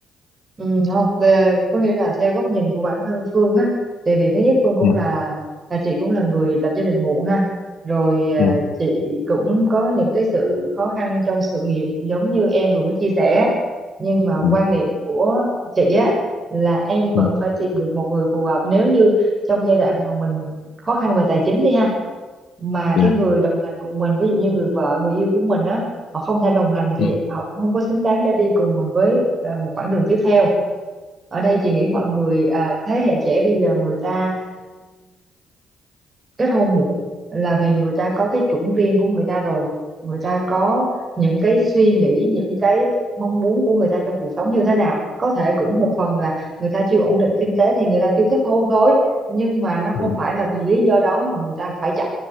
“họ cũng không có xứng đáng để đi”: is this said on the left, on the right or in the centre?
Right